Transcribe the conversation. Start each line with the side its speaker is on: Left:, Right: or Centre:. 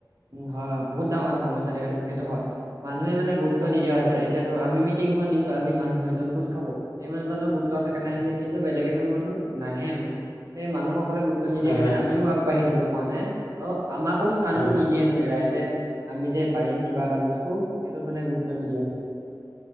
Right: উম হয় হয় বহুত ডাঙৰ এটা সমস্যা দেখা দিব সেইটো হয়। মানুহে মানে গুৰুত্ব নিদিয়া হৈছে, এতিয়া ধৰক আমি মিটিংখন দিছো আজি মানুহ এজন গোট খাব সেই মানুহজনৰ গুৰুত্ব আছে কাৰণে আহিছে, কিন্তু বেলেগ এজন মানুহ নাহে মানে, সেই মানুহসকলে গু ত নিদিয়ে
Left: হয়
Right: কাৰণে
Left: হয়
Right: আমিও আগবাঢ়ি যাব পৰা নাই, আৰু আমাকো শান্ত
Left: হয়।
Right: টো নিদিয়ে মানে ৰাইজে আমি যে পাৰিম কিবা এটা বস্তু সেইটোত মানে গুৰুত্ব নিদিয়া হৈছে।